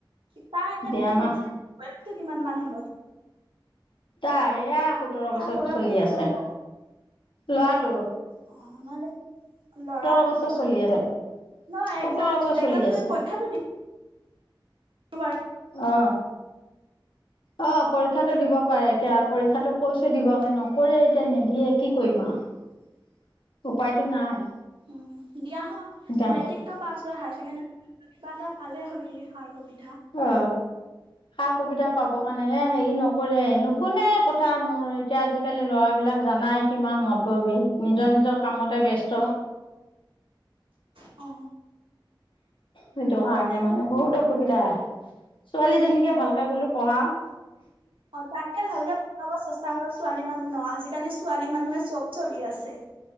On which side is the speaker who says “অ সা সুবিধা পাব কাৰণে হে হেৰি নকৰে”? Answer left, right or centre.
Left